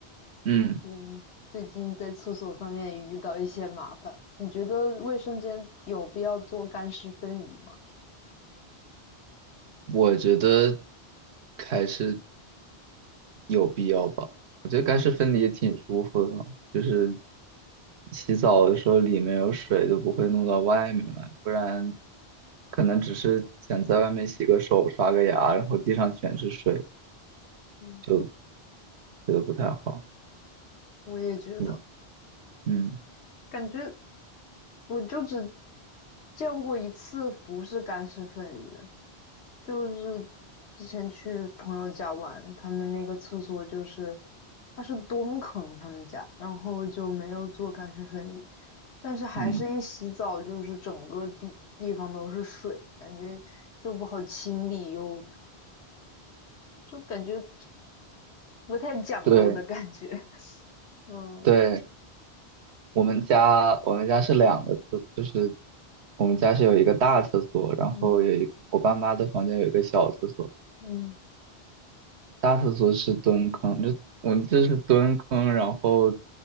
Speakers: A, on the right; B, on the left.
A: 嗯，
B: 嗯，最近在厕所方面也遇到一些麻烦，你觉得卫生间有必要做干湿分离吗？
A: 我觉得还是有必要吧。我觉得干湿分离也挺舒服的，
B: 嗯
A: 就是洗澡的时候里面有水就不会弄到外面来，不然可能只是想在外面洗个手、刷个牙，然后地上全是水，
B: 嗯，
A: 就觉得不太好。
B: 我也觉得，
A: 你，嗯
B: 感觉我就只见过一次不是干湿分离的，就是之前去朋友家玩，他们那个厕所就是，它是蹲坑，他们家，然后就没有做干湿分离，但是还是一洗澡就是整个地地方都是水，
A: 嗯，
B: 感觉又不好清理，又就感觉不太讲究的感觉。
A: 对
B: <laughs> 嗯
A: 对，我们家我们家是两个厕，就是我们家是有一个大厕所，然后有一我爸妈的房间有一个小厕所。
B: 嗯嗯
A: 大厕所是蹲坑，就我们这是蹲坑，然后